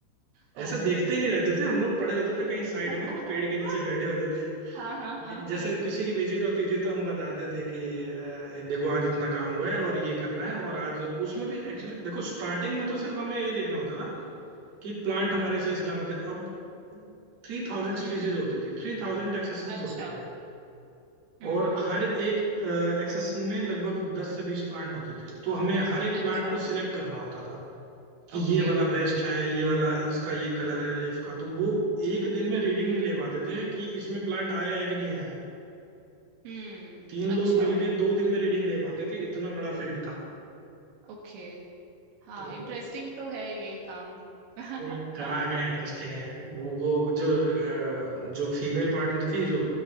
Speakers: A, on the right; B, on the right.
A: ओ
B: ऐसे देखते नहीं रहते थे हम लोग पड़े होते थे कहीं साइड
A: <laughs>
B: में पेड़ के नीचे बैठे होते थे
A: हाँ हाँ हाँ
B: लेकिन
A: हाँ
B: जैसे किसी की विजिट होती थी तो हम बताते थे कि अ, देखो आज इतना काम हुआ है और ये करना है और आज उसमें भी एक्चुअली देखो स्टार्टिंग में तो सिर्फ हमें ये देखना होता था कि प्लांट हमारे सही सलामत है अब थ्री थाउजेंड स्पीसीज
A: हम्म हम्म,
B: होती थी थ्री थाउजेंड एक्सेसन्स
A: अच्छा
B: होते थे
A: हम्म
B: और
A: हम्म
B: हर एक एक्सेसन में लगभग दस से बीस प्लांट होते थे तो हमें हर एक प्लांट
A: अच्छा
B: को सिलेक्ट करना होता था कि
A: ओके
B: ये वाला बेस्ट है ये वाला इसका ये कलर है लीफ का तो वो एक दिन में रीडिंग नहीं ले पाते थे कि इसमें प्लांट आया है कि नहीं आया है
A: हम्म
B: तीन लोग
A: अच्छा
B: मिलके दो दिन में रीडिंग ले पाते थे इतना बड़ा फील्ड था
A: ओके हाँ
B: तो
A: इंटरेस्टिंग तो है ये काम <laughs>
B: नहीं कहा का इंटरेस्टिंग है वो वो जो अ, जो फीमेल पार्टनर थी जो